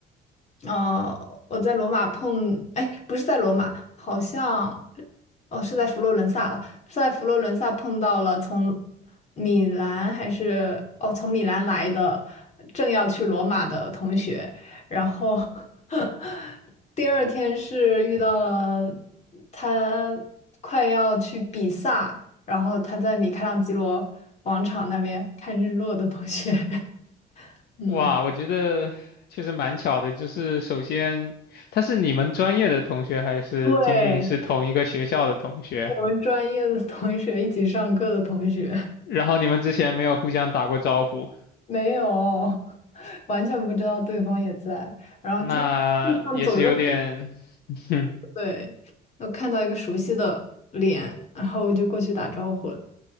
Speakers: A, on the left (about 40°); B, on the left (about 70°).
A: 呃，我在罗马碰，哎，不是在罗马，好像，哦，是在佛罗伦萨了，是在佛罗伦萨碰到了从米兰还是哦，从米兰来的，正要去罗马的同学，然后 <laughs> 第二天是遇到了他快要去比萨，然后他在米开朗基罗广场那边看日落的同学，<laughs> 嗯，
B: 哇，我觉得确实蛮巧的。就是首先，他是你们专业的同学，还是仅仅是同一个学校的同学？
A: 对，我们专业的同学一起上课的同学，
B: 然后你们之前没有互相打过招呼，
A: 没有，完全不知道对方也在。
B: 那也是有点，
A: 路上走着走着，
B: <laughs> 哼
A: 对，我看到一个熟悉的脸，然后我就过去打招呼了。